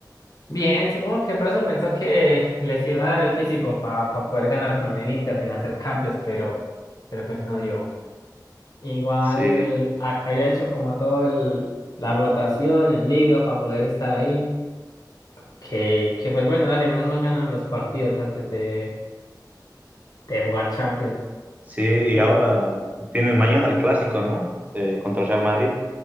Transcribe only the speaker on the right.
Sí.
Sí, y
ahora tienen mañana el clásico, ¿no? Eh, contra el Real Madrid.